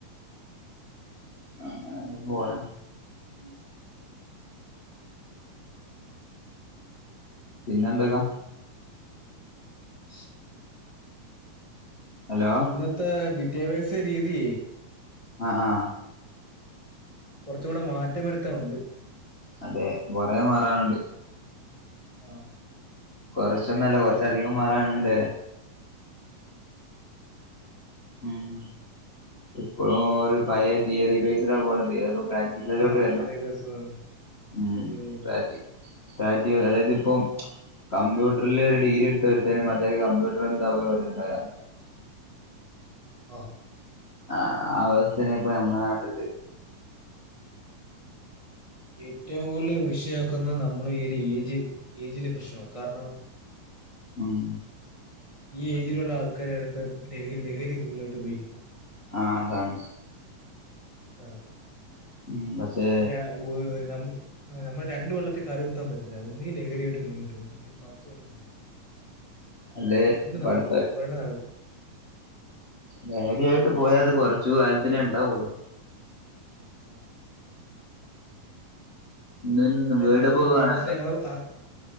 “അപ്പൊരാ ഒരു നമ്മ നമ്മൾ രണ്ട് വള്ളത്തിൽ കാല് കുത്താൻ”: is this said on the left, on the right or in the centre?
Right